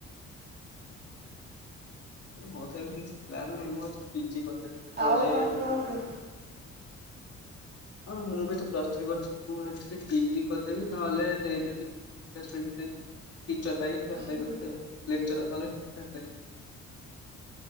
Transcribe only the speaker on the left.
ମୋ ତ ଏମ କିଛି ପ୍ଲାନ୍ ନାହିଁ ମୁଁ ଛି ପିଜି କରିଦେବି। ନହେଲେ
ହଁ ମୁଁ ବି ତ ପ୍ଲସ ଥୀ କରିଛି ମୁଁ ଭାବୁଥିଲି ପିଜି କରିଦେବି ନହେଲେ ଦେଇଦେବି। <unintelligible> ଟିଚର ପାଇଁ ଆପ୍ଲାୟେ
କରିଦେବି ଆଉ ନେକଚର ନହେଲେ ଟିଚର।